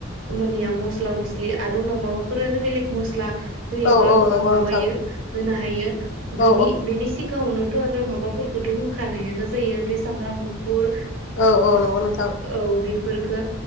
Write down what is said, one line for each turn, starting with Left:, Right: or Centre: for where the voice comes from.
Right: मानिया मस्ला मस्लि आरो उनाव माबाफोर आरो बेलेग मस स्ला होयोबा
Left: औ औ नंगौ
Right: माबायो
Left: नोंथां
Right: होनो हायो बेनि
Left: औ
Right: बेनि सिगांङावनो माबाफोरखौथ' होखानायानो जायो बे सामब्राम गु फुर
Left: औ औ नंगौ नोंथां
Right: औ बेफोर खो